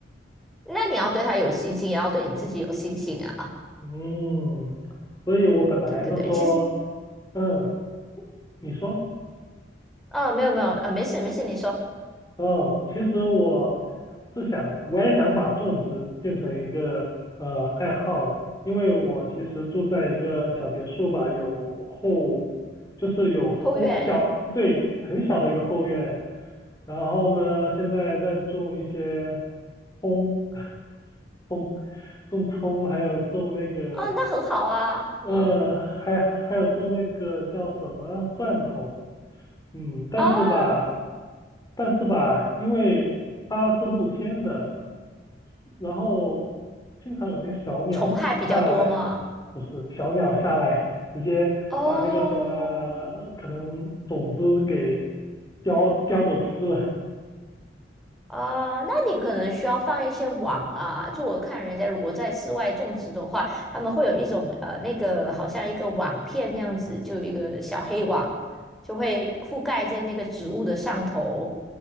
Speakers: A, in the centre; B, on the left (about 20°).
A: 那你要对它有信心，也要对你自己有信心啊。
B: 嗯，所以我本来是说，
A: 对对对，其实
B: 嗯，你说。
A: 呃没有没有呃没事没事，你说
B: 哦，其实我是想，我也想把种植变成一个呃爱好了，因为我其实住在一个小别墅吧，有后，就是有后小，
A: 后院
B: 对，很小的一个后院，然后呢，现在在种一些葱，<laughs> 葱，种葱，还有种那个，
A: 啊，那很好啊，
B: 呃，
A: 嗯
B: 还还有种那个叫什么蒜头。嗯，但是吧，
A: 啊，
B: 但是吧，因为它是露天的，然后经常有那个小鸟下来，
A: 虫害比较多吗？
B: 不是小鸟下来，直接把那个什么可能种子给
A: 哦。
B: 叼叼走吃了。
A: 啊，那你可能需要放一些网啊。就我看人家如果在室外种植的话，他们会有一种呃那个好像一个网片那样子，就有一个小黑网，就会覆盖在那个植物的上头，